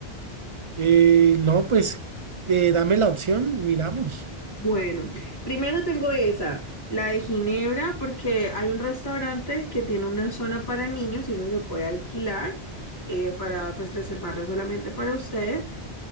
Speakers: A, on the right (about 50°); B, on the left (about 25°).
A: Eh, no, pues eh, dame la opción, miramos.
B: Bueno, primero tengo esa, la de Ginebra, porque hay un restaurante que tiene una zona para niños y esa se puede alquilar eh, para pues reservarlo solamente para ustedes